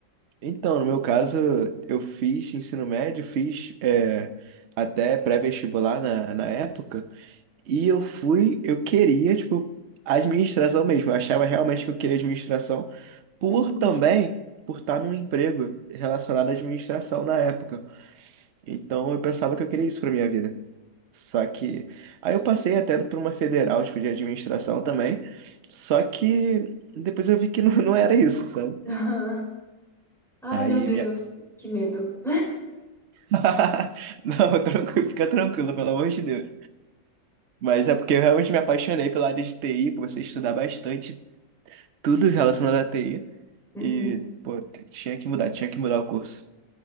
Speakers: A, on the right; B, in the centre.
A: Então, no meu caso, eu fiz ensino médio, fiz é, até pré-vestibular na, na época, e eu fui, eu queria, tipo, administração mesmo. Eu achava realmente que eu queria administração por
B: Uhum.
A: também por estar num emprego relacionado à administração na época. Então eu pensava que eu queria isso pra minha vida. Só que. Aí eu passei até por uma federal, tipo, de administração também. Só que depois eu vi que <laughs> não, não era isso, sabe?
B: <laughs> Ai,
A: Aí
B: meu Deus,
A: minha.
B: que medo.
A: <laughs> Não, tranquilo, fica tranquilo, pelo amor de Deus. Mas é porque eu realmente me apaixonei pela área de TI, comecei a estudar bastante tudo relacionado à TI.
B: Uhum.
A: E, pô, t- tinha que mudar, tinha que mudar o curso.